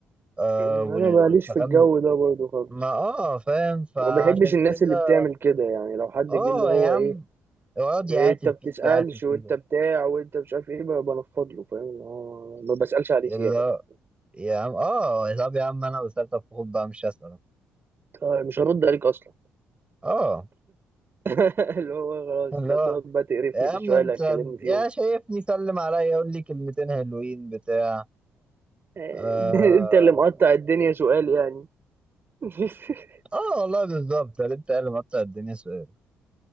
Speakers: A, on the right; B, on the right.
A: آه
B: أنا
A: وال...
B: ماليش
A: والكلام
B: في الجو ده برضه خالص
A: ما اه فاهم فعشان
B: وما بحبش الناس
A: كده
B: اللي بتعمل كده يعني لو حد
A: اه
B: جه اللي هو
A: يا عم
B: ايه
A: اقعد يعاتب
B: إيه انت بتسألش
A: فيك يعاتب
B: وانت
A: فيك
B: بتاع وانت مش عارف ايه بقى بنفض له فاهم اللي هو ما بسألش عليه
A: اللي
B: زيادة
A: هو
B: بقى
A: يا عم اه طب يا عم انا وصلت طب خد بقى مش هسأل
B: طيب مش هرد عليك اصلا
A: اه
B: <laughs> اللي هو خلاص
A: اللي
B: انت هتقعد
A: هو
B: بقى تقرفني
A: يا
B: في
A: عم
B: الشوية
A: انت
B: اللي هتكلمني
A: يا
B: فيهم
A: شايفني سلم عليا يقول لي كلمتين حلوين بتاع
B: آه،
A: اه
B: <laughs> انت اللي مقطع الدنيا سؤال يعني <laughs>
A: اه والله بالظبط اللي انت قال مقطع الدنيا سؤال